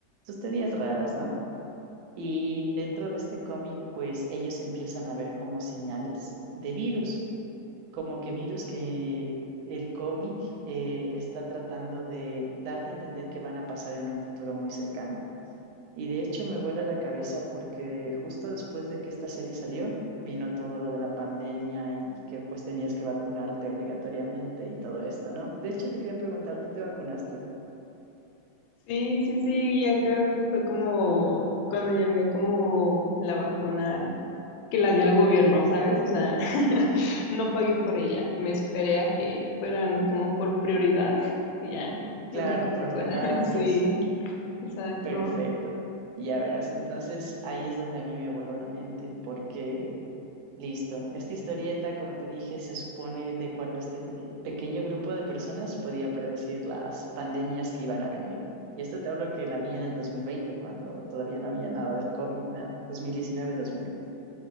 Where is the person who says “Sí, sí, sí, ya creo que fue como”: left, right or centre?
Left